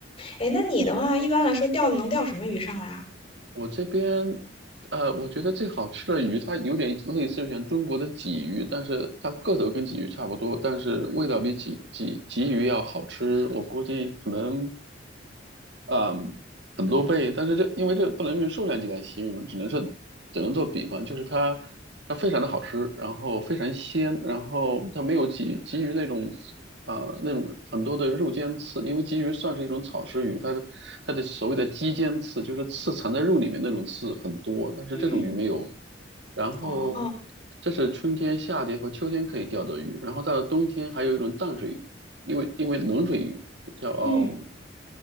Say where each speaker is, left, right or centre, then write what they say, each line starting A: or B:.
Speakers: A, on the left; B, on the right.
A: 诶，那你的话，一般来说钓能钓什么鱼上来啊？
B: 我这边，呃，我觉得最好吃的鱼，它有点类似于像中国的鲫鱼，但是它个头跟鲫鱼差不多，但是味道比鲫鲫鲫鱼要好吃。我估计可能啊、很多倍，但是这因为这不能用数量级来形容，只能是只能做比方，就是它它非常的好吃，然后非常鲜，然后它没有鲫鲫鱼那种啊、那种很多的肉尖刺，因为鲫鱼算是一种草食鱼，它的它的所谓的肌尖刺就是刺藏在肉里面那种刺很多，但是这种鱼没有。
A: 嗯，
B: 然后这是春天、
A: 哦，
B: 夏天和秋天可以钓的鱼，然后到了冬天还有一种淡水鱼，因为因为冷水鱼叫。
A: 嗯，